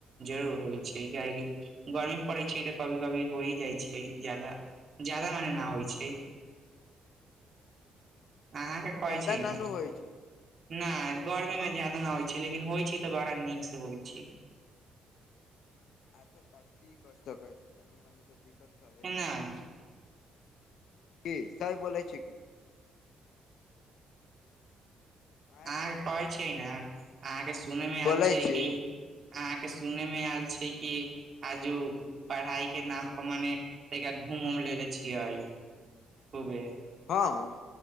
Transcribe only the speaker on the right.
जरूर होइ छै, कियेकि गर्मी पड़ैत छै तऽ, कभी- कभी हो जाइ छै, ज्यादा ज्यादा माने ना होइ छै।
अहाँके परै
छै
कि
नहि, गर्मी
मे ज्यादा नहि होइ छै, लेकिन होइ छै। बड़ा नीक से होइ छै।
न
अहाँके कहै छियै ने, अहाँके सुनै मे
आयल छियै
कि अहाँके सुनय मे आयल छै कि आजु पढ़ाई के नाम पर माने तै क घूमि -उम म लै छियै। खूबे।